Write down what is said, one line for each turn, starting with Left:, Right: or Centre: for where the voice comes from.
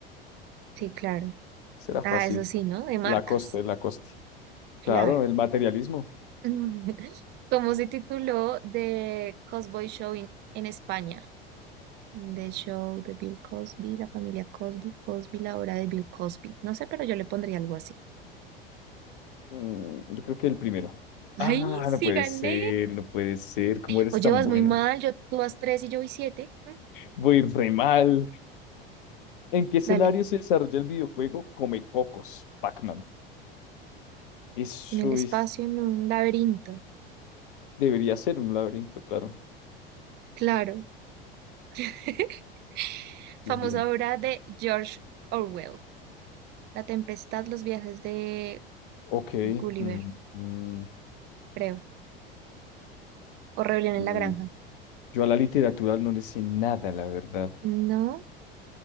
Right: Sí, claro.
Left: Será
Right: Ah,
Left: fácil.
Right: eso sí, ¿no? De marcas.
Left: Lacoste, Lacoste.
Right: Claro.
Left: Claro, el materialismo.
Right: <laughs> ¿Cómo se tituló The Cosboy Show in- en España? The Show de Bill Cosby, La familia Cosby, Cosby, la hora de Bill Cosby. No sé, pero yo le pondría algo así.
Left: Mm, yo creo que el primero. Ah,
Right: ¡Ay, sí
Left: no puede
Right: gané!
Left: ser, no puede ser. ¿Cómo eres
Right: O llevas
Left: tan bueno?
Right: muy mal, yo, tú vas tres y yo voy siete. <laughs>
Left: Voy re mal. ¿En qué escenario
Right: Dale,
Left: se desarrolla el videojuego Come Cocos, Pac-Man? Eso
Right: en el espacio,
Left: es,
Right: en un laberinto.
Left: debería ser un laberinto, claro.
Right: Claro. <laughs>
Left: Bien,
Right: Famosa
Left: bien.
Right: obra de George Orwell. La tempestad, los viajes de
Left: Ok.
Right: Gulliver,
Left: mm, mm,
Right: creo. O Rebelión
Left: mm.
Right: en la Granja.
Left: Yo a la literatura no le sé nada, la verdad.
Right: No,